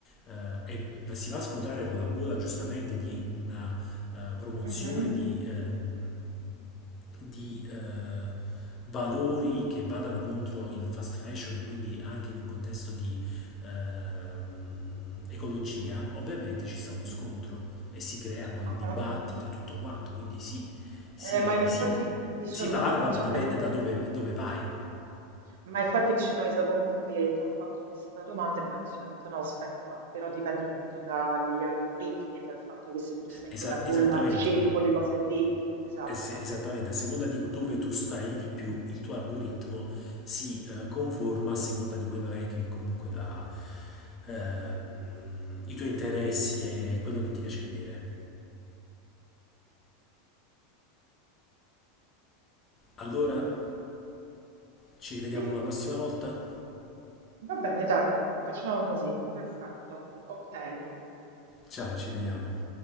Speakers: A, on the left; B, on the right.
A: eh, e si va a scontrare con la bolla giustamente di una eh, promozione
B: Mhm.
A: di... Ehm, di eh, valori che vadano contro il fast fashion e quindi anche in un contesto di ehm, ecologia, ovviamente ci sta uno scontro
B: Mhm.
A: e si crea poi
B: Ah,
A: il dibattito e tutto quanto. Quindi sì, si,
B: eh, ma in effetti
A: si-
B: mi son-
A: si parla,
B: mi
A: ma
B: sono
A: dipende
B: resa,
A: da dove, dove vai.
B: ma infatti mi sono resa conto che ti ho fatto questa domanda e poi mi sono detto no, aspetta, però dipende appunto dagli algoritmi e dal fatto che se tu sei
A: Esa-
B: in quella bolla
A: esattamente.
B: ricevi quelle cose lì. Esatto,
A: Eh, se-
B: esatto.
A: Esattamente, a seconda di dove tu stai di più, il tuo algoritmo si eh, conforma a seconda di quello è che comunque la, ehm, i tuoi interessi e quello che ti piace vedere. Allora, ci rivediamo
B: Sì,
A: una prossima volta?
B: va bene, dai, facciamo così. Perfetto. Ok.
A: Ciao, ci vediamo.